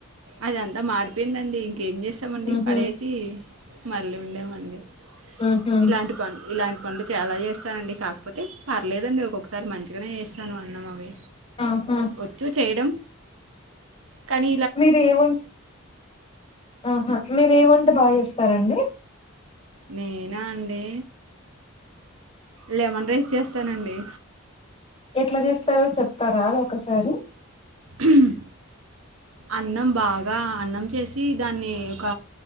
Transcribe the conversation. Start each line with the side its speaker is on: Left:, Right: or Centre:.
Right: అది అంత మాడిపోయిందండి ఇంకేం చేస్తామండి
Left: ఉహు
Right: పడేసి మళ్ళీ వండామండి
Left: ఉహు
Right: ఇలాంటి పని ఇలాంటి పనులు చాల చేస్తానండి కాకపోతే పర్లేదండి ఒక్కొక్కసారి మంచిగనే చేస్తాను అన్నాం అవి
Left: ఆహా
Right: వచ్చు చేయడం కనీ
Left: మీర ఎవన్ ఆహా మీర ఎ వంట బా చేస్తారండి
Right: నేనా అండి లెమన్ రైస్ చేస్తానండి
Left: ఎట్ల చేస్తారో చెప్తార అది ఒకసారి
Right: హ్మ్ అన్నం బాగ అన్నం చేసి దాన్ని ఒక